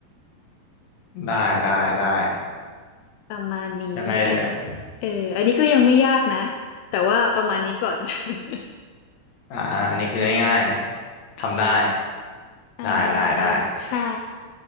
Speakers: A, on the left; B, on the left.
A: ได้ได้ได้
B: ประมาณนี้อัน
A: ยังไงเดี๋ยว
B: เอออันนี้ก็ยังไม่ยากนะแต่ว่าประมาณนี้ก่อน <laughs>
A: อ่าอ่าอันนี้คือง่ายๆทำได้
B: อ่า
A: ได้ได้ได้
B: ใช่